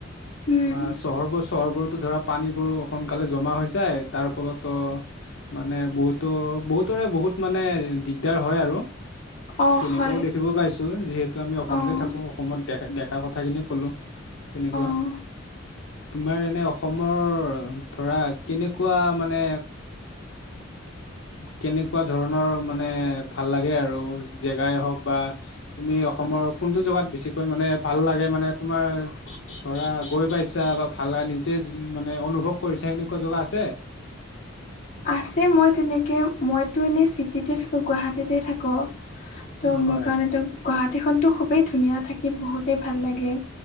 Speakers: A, on the left (about 40°); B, on the left (about 75°).
A: উম
B: বা চহৰবোৰ চহৰবোৰতো ধৰা পানীবোৰ সোনকালে জমা হৈ যায় তাৰ ফলতো মানে বহুতো বহুতৰে বহুত মানে দিগদাৰ হয় আৰু।
A: অঁ
B: তেনেকোৱাও
A: হয়
B: দেখিবলৈ পাইছোঁ, যিহেতু আমি অসমতে
A: অঁ
B: থাকো অসমত দে- দেখা কথা খিনি ক'লোঁ তেনেকুৱা।
A: অঁ
B: তোমাৰ এনে অসমৰ ধৰা কেনেকুৱা মানে কেনেকুৱা ধৰণৰ মানে ভাল লাগে আৰু জেগাই হওক বা তুমি অসমৰ কোনটো জেগাত বেছিকৈ মানে ভাল লাগে। মানে তোমাৰ ধৰা গৈ পাইছা বা ভাল নিজে মানে অনুভৱ কৰিছা এনেকুৱা জেগা আছে?
A: আছে মই তেনেকৈ মইতো এনেই চিটিতে থাকোঁ গুৱাহাটীতে থাকোঁ। ত'
B: অ
A: মোৰ
B: হয়
A: কাৰণেটো গুৱাহাটীখনটো খুবেই ধুনীয়া থাকি বহুতেই ভাল লাগে।